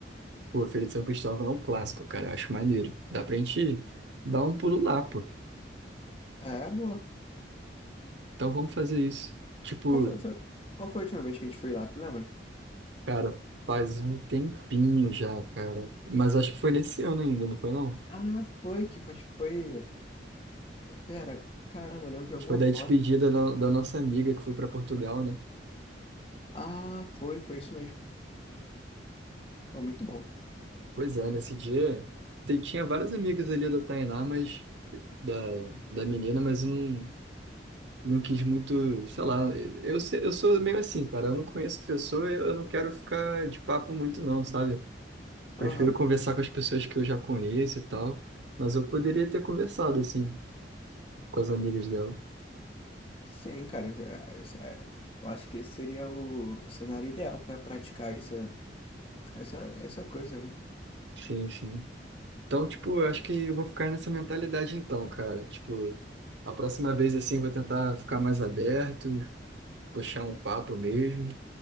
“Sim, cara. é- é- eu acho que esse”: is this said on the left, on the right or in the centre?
Left